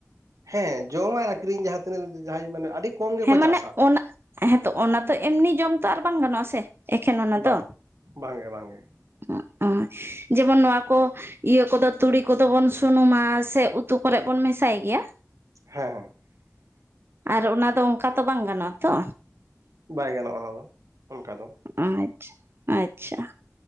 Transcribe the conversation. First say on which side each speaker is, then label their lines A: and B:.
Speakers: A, on the right; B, on the right.
A: ᱦᱮᱸ ᱡᱚᱢ ᱟᱨ ᱟᱠᱷᱨᱤᱧ ᱡᱟᱦᱟᱸ ᱛᱤᱱᱟᱹᱜ ᱢᱟᱱᱮ ᱟᱹᱰᱤ ᱠᱚᱢ ᱜᱮᱠᱚ
B: ᱦᱮᱸ ᱢᱟᱱᱮ
A: ᱪᱟᱥᱟ
B: ᱚᱱᱟ ᱦᱮᱸᱛᱚ ᱚᱱᱟ ᱛᱚ ᱮᱢᱱᱤ ᱡᱚᱢ ᱛᱚ ᱟᱨ ᱵᱟᱝ ᱜᱟᱱᱚᱜ-ᱟ ᱥᱮ ᱮᱠᱷᱮᱱ ᱚᱱᱟ
A: ᱵᱟᱝ
B: ᱫᱚ
A: ᱵᱟᱝᱜᱮ ᱵᱟᱝᱜᱮ
B: <unintelligible> ᱡᱮᱢᱚᱱ ᱱᱚᱣᱟ ᱠᱚ ᱤᱭᱟᱹ ᱠᱚᱫᱚ ᱛᱩᱲᱤ ᱠᱚᱫᱚ ᱵᱚᱱ ᱥᱩᱱᱩᱢᱟ ᱥᱮ ᱩᱛᱩ ᱠᱚᱨᱮ ᱵᱚᱱ ᱢᱮᱥᱟᱭ ᱜᱮᱭᱟ
A: ᱦᱮᱸ ᱦᱮᱸ
B: ᱟᱨ ᱚᱱᱟ ᱫᱚ ᱚᱱᱠᱟ ᱛᱚ ᱵᱟᱝ ᱜᱟᱱᱚᱜᱼᱟ ᱛᱚ
A: ᱵᱟᱭ ᱜᱟᱱᱚᱜᱼᱟ ᱚᱱᱟ ᱫᱚ ᱚᱱᱠᱟ ᱫᱚ
B: ᱟᱪᱪᱷᱟ ᱟᱪᱪᱷᱟ